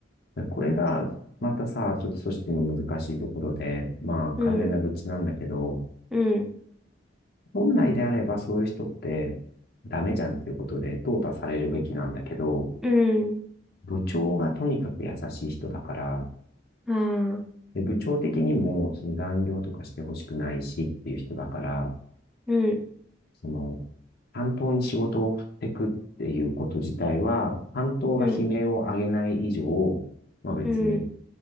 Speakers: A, on the left (about 55°); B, in the centre.
A: これが、またさ、ちょっと組織の難しいところで、まあ、完全な愚痴なんだけど、
B: うん、うん、
A: 本来であればそういう人ってダメじゃんっていうことで淘汰されるべきなんだけど、
B: うん。
A: 部長がとにかく優しい人だから、
B: ああ、
A: で部長的にもその残業とかしてほしくないしっていう人だから、
B: うん、
A: その担当に仕事を振ってくっていうこと自体は、担当が悲鳴を上げない以上、
B: うん、
A: まあ別に
B: うん。